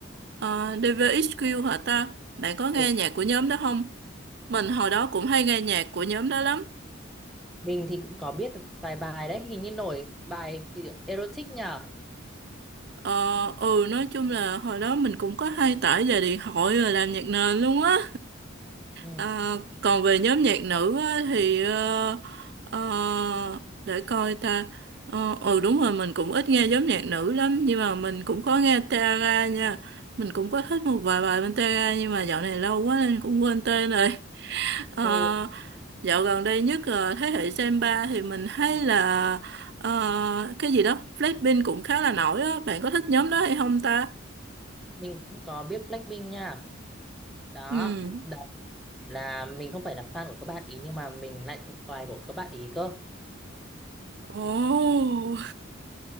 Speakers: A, on the right; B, in the centre.
A: Ờ, DVXQ hả ta? Bạn có nghe
B: Ồ,
A: nhạc của nhóm đó không? Mình hồi đó cũng hay nghe nhạc của nhóm đó lắm.
B: Mình thì cũng có biết vài bài đấy, hình như nổi bài kiểu erotic nhở.
A: Ờ, ừ, nói chung là hồi đó mình cũng có hay tải về điện thoại rồi làm nhạc nền luôn á.
B: Ừ.
A: À, còn về nhóm nhạc nữ á, thì ờ, ờ, để coi ta Ờ, ừ đúng rồi mình cũng ít nghe nhóm nhạc nữ lắm nhưng mà mình cũng có nghe Tara nha mình cũng có thích một vài bài bên Tara nhưng mà dạo này lâu quá nên cũng quên tên rồi <laughs> Ờ,
B: ừ.
A: dạo gần đây nhất là thế hệ Gen 3 thì mình thấy là ờ, cái gì đó Blackpink cũng khá là nổi á bạn có thích nhóm đó hay không ta
B: Mình cũng có biết Blackpink nha. Đó,
A: ừ
B: là mình không phải là fan của các bạn ý nhưng mà mình lại thuộc bài của các bạn ý cơ
A: ồ